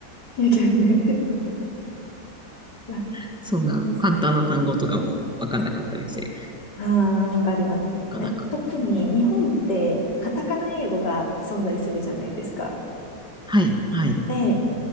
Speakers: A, on the left; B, in the centre.
A: 経験楽
B: <laughs> そんな簡単な単語とかもわかんなかったりして、
A: ですね。ああ、わかりますね。なんか特に日本ってカタカナ英語が存在するじゃないですか。
B: なかなか。はい、はい。
A: で、